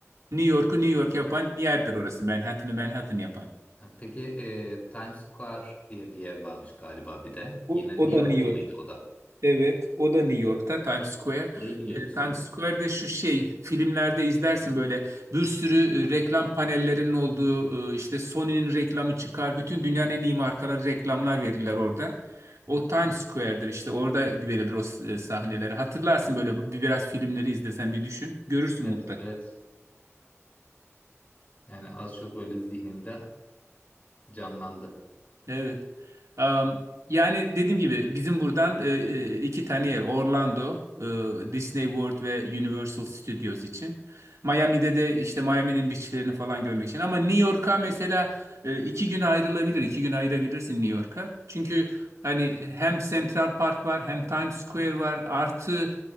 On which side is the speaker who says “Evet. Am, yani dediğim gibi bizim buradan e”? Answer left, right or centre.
Right